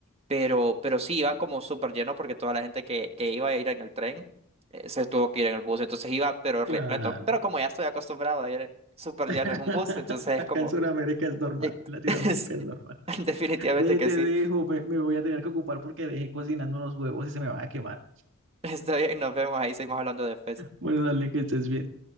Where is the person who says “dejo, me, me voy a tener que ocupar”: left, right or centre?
Right